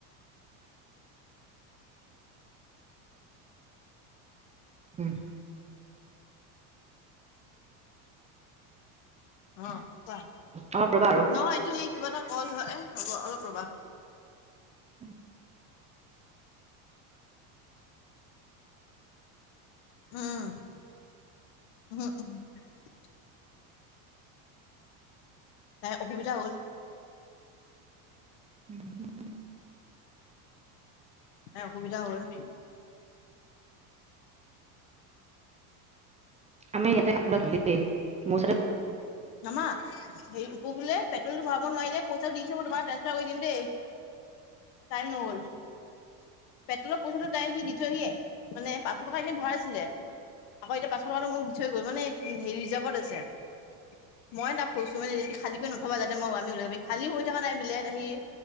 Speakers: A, on the right (about 15°); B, on the left (about 60°).
A: হম
B: অ কোৱা
A: অলপ ৰ'বা আৰু
B: নহয় এইটো কিবা এটা কল হয় হ'ব অলপ ৰ'বা
A: উম
B: উম উম <unintelligible> তাই অসুবিধা হ'ল
A: উম <inaudible>
B: তাই অসুবিধা হয়
A: আমি ইয়াতে কপোৰা ধুলে মোৰ ওচতে <unintelligible>
B: নমা হে উপ বোলে পেট্ৰলটো ভৰাব নোৱাৰিলে প‌ইচি দিছে মই তোমাক টানঞ্জপাৰ কৰি দিম দেই টাইম নহ'ল <unintelligible> পেট্ৰলৰ পইচাটো টাইম সি দি থহিয়ে মানে পাঁচশ টকা এনে ভৰাছিলে <unintelligible> আকৌ এতিয়া পাঁছশ টকাটো মোক দি থৈ গ'ল মানে হেৰি ৰিজাৰ্ভত আছে <unintelligible> মই তাক কৈছো মানে খালিকৈ নথবা যাতে মই বামি ওলাব খালী হৈ থকা নাই বোলে আহি <unintelligible>